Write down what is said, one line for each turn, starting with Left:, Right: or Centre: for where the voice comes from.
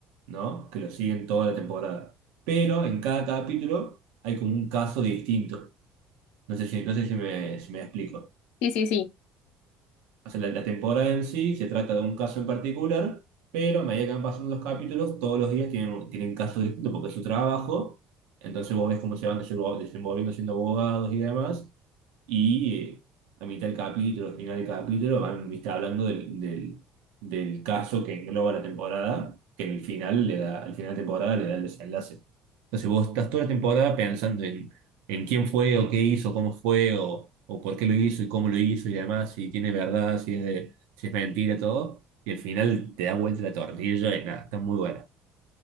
Right: ¿no? Que lo siguen toda la temporada. Pero en cada capítulo hay como un caso distinto. No sé si, no sé si me, si me explico.
Left: Sí, sí, sí,
Right: O sea, la, la temporada en sí se trata de un caso en particular, pero a medida que van pasando los capítulos, todos los días tienen, un- tienen casos distintos porque es su trabajo. Entonces vos ves cómo se van desenvol- desenvolviendo siendo abogados y demás. Y eh, a mitad del capítulo, final del capítulo, van, viste, hablando del, del, del caso que engloba la temporada, que en el final le da, al final de temporada le da el desenlace. Entonces vos estás toda la temporada pensando en, en quién fue, o qué hizo, cómo fue, o, o por qué lo hizo y cómo lo hizo y demás, si tiene verdad, si es, de- si es mentira, todo. Y al final te da vuelta la tortilla y nada, está muy buena.